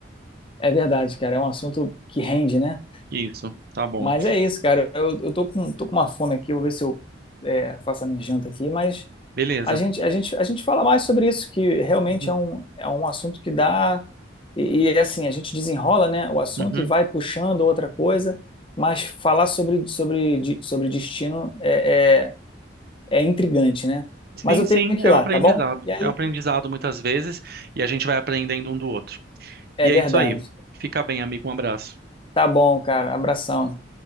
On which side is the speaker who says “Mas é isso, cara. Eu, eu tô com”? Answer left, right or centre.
Left